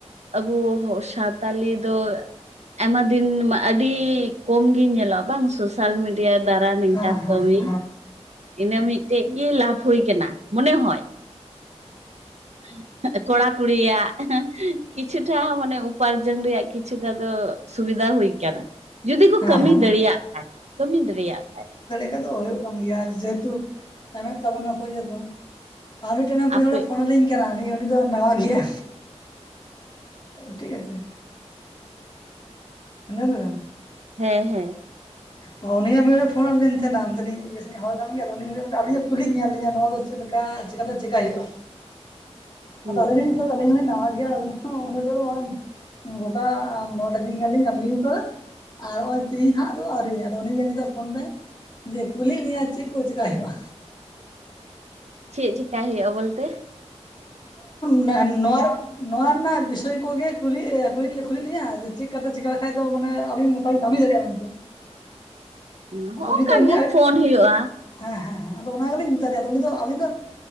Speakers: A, on the right; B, on the left.
A: ᱟᱵᱚ ᱥᱟᱣᱛᱟᱞᱤ ᱫᱚ ᱟᱭᱢᱟ ᱫᱤᱱ ᱟᱹᱰᱤ ᱠᱚᱢᱜᱤ ᱧᱮᱞᱚᱜᱼᱟ ᱵᱟᱝ ᱥᱮ ᱥᱳᱥᱟᱞ ᱢᱤᱰᱤᱭᱟ ᱫᱟᱨᱟ ᱱᱤᱝᱠᱟ
B: ᱦᱮᱸ ᱦᱮᱸ
A: ᱠᱟᱹᱢᱤ
B: ᱦᱮᱸ ᱦᱮᱸ
A: ᱤᱱᱟᱹ ᱢᱤᱫᱴᱮᱡ ᱜᱮᱤ ᱞᱟᱵᱷ ᱦᱳᱭ ᱟᱠᱟᱱᱟ ᱢᱚᱱᱮ ᱦᱚᱭ <unintelligible> ᱠᱚᱲᱟ ᱠᱩᱲᱤᱭᱟᱜ ᱠᱤᱪᱷᱩᱴᱟᱜ ᱦᱚᱸ ᱢᱟᱱᱮ ᱩᱯᱟᱨᱡᱚᱱ ᱨᱮᱭᱟᱜ ᱠᱤᱪᱷᱩᱜᱼᱟ ᱫᱚ ᱥᱩᱵᱤᱫᱷᱟ ᱦᱩᱭ ᱟᱠᱟᱱᱟ <unintelligible> ᱡᱩᱫᱤ ᱠᱚ
B: ᱦᱮᱸ
A: ᱠᱟᱹᱢᱤ
B: ᱦᱮᱸ ᱦᱮᱸ
A: ᱫᱟᱹᱲᱤᱭᱟᱜ ᱠᱷᱟᱡ ᱠᱟᱹᱢᱤ ᱫᱟᱹᱲᱤᱭᱟᱜ ᱠᱷᱟᱡ
B: ᱥᱮ ᱫᱚ ᱦᱳᱭᱳᱜ ᱠᱟᱱ ᱜᱮᱭᱟ ᱡᱮᱦᱮᱛᱩ ᱮᱢᱼᱮᱫ ᱛᱟᱵᱚᱱᱟᱠᱚ ᱤᱭᱟᱹ ᱠᱚ᱾ ᱟᱨ ᱢᱤᱫᱴᱮᱱ ᱢᱤᱫ
A: ᱟᱯᱮ
B: ᱦᱚᱲᱮ ᱯᱷᱳᱱ ᱟᱹᱞᱤᱧ ᱠᱟᱱᱟ ᱩᱱᱤ ᱩᱱᱤ ᱫᱚ ᱱᱟᱣᱟ ᱜᱮᱭᱟ᱾ ᱴᱷᱤᱠ ᱟᱪᱷᱮ ᱟᱸᱡᱚᱢ ᱫᱟᱵᱤᱱ?
A: ᱦᱮᱸ ᱦᱮᱸ᱾
B: ᱩᱱᱤ ᱦᱟᱸᱜ ᱢᱤᱫ ᱫᱤᱱᱮ ᱯᱷᱳᱱᱼᱟᱜ ᱞᱤᱧ ᱛᱟᱦᱮᱱᱟ ᱚᱱᱛᱮᱱᱤᱡ ᱤᱭᱟᱹ ᱥᱮᱱᱤᱡ ᱦᱚᱲ ᱠᱟᱱ ᱜᱮᱭᱟ ᱛᱚ ᱩᱱᱤ ᱩᱱᱤ ᱢᱮᱱ ᱫᱟ ᱟᱹᱞᱤᱧᱼᱮᱜ ᱠᱩᱞᱤᱭ ᱧᱮᱞ ᱞᱤᱧᱟ ᱱᱚᱣᱟ ᱫᱚ ᱪᱮᱫ ᱞᱮᱠᱟ ᱪᱮᱠᱟᱛᱮ ᱪᱮᱠᱟ ᱦᱩᱭᱩᱜ-ᱟ
A: ᱦᱩᱸ
B: ᱟᱫᱚ ᱟᱹᱞᱤᱧ ᱞᱤᱧ ᱱᱤᱛᱚᱜ ᱫᱚ ᱟᱹᱞᱤᱧ ᱦᱚᱞᱤᱧ ᱱᱟᱣᱟ ᱜᱮᱭᱟ ᱟᱹᱞᱤᱧ ᱦᱚᱸ ᱩᱱᱟᱹᱜ ᱴᱟ ᱫᱚ ᱵᱟᱝ ᱜᱚᱴᱟ ᱢᱚᱬᱮ ᱫᱤᱱ ᱜᱟᱱ ᱞᱤᱧ ᱠᱟᱹᱢᱤ ᱟᱠᱟᱫᱟ ᱟᱨ ᱱᱚᱜᱼᱚᱭ ᱛᱮᱦᱤᱧ ᱦᱟᱸᱜ ᱟᱫᱚ ᱟᱹᱣᱨᱤ ᱟᱫᱚ ᱩᱱᱤᱜᱮ ᱱᱤᱛᱚᱜ ᱯᱷᱳᱱ ᱫᱟᱭ᱾ ᱡᱮ ᱠᱩᱞᱤᱭᱮᱫ ᱞᱤᱧᱟᱭ ᱪᱮᱫ ᱠᱚ ᱪᱤᱠᱟᱭ ᱦᱩᱭᱩᱜᱼᱟ?
A: ᱪᱮᱫ ᱪᱤᱠᱟᱭ ᱦᱳᱭᱳᱜᱼᱟ ᱵᱳᱞᱛᱮ ᱾
B: ᱱᱚᱣᱟ <unintelligible> ᱱᱚᱣᱟ ᱨᱮᱱᱟᱜ ᱵᱤᱥᱚᱭ ᱠᱚᱜᱮ ᱠᱩᱞᱤ ᱠᱩᱞᱤ ᱠᱩᱞᱤᱮᱫ ᱞᱤᱧᱟᱹ ᱡᱮ ᱪᱮᱫ ᱠᱟᱛᱮ ᱪᱮᱠᱟ ᱞᱮᱠᱟᱡ ᱫᱚ ᱢᱟᱱᱮ ᱟᱹᱞᱤᱧ ᱦᱳᱭ ᱠᱟᱹᱢᱤ ᱫᱟᱲᱮᱭᱟᱜᱼᱟ ᱢᱮᱱᱛᱮ᱾
A: ᱦᱚᱸ ᱱᱚᱝᱠᱟ
B: ᱟᱫᱚ ᱱᱤᱛᱚᱜ ᱢᱤᱫ
A: ᱜᱮ ᱯᱷᱳᱱ ᱦᱩᱭᱩᱜᱼᱟ᱾
B: ᱦᱮᱸ ᱦᱮᱸ ᱦᱮᱸ ᱟᱫᱚ ᱚᱱᱟ ᱜᱮᱞᱤᱧ ᱢᱮᱛᱟ ᱫᱮᱭᱟ ᱟᱫᱚ ᱩᱱᱤ ᱫᱚ ᱟᱞᱤᱧ